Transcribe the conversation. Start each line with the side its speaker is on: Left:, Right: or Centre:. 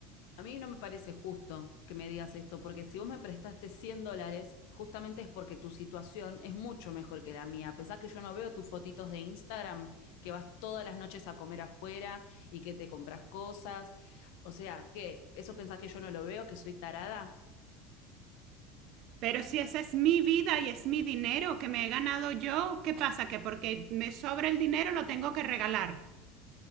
Left: A mí no me parece justo que me digas esto, porque si vos me prestaste 100 dólares, justamente es porque tu situación es mucho mejor que la mía. Pensás que yo no veo tus fotitos de Instagram, que vas todas las noches a comer afuera y que te compras cosas. O sea, ¿qué? ¿Eso pensás que yo no lo veo, que soy tarada?
Right: Pero si esa es mi vida y es mi dinero que me he ganado yo, ¿qué pasa? Que porque me sobra el dinero lo tengo que regalar.